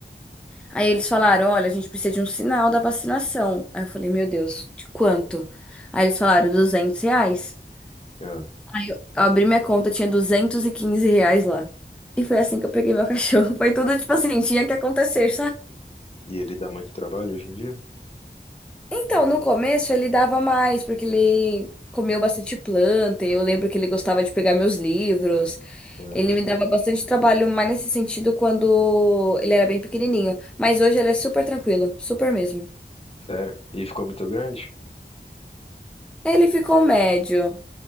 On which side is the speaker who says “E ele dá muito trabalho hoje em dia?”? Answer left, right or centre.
Left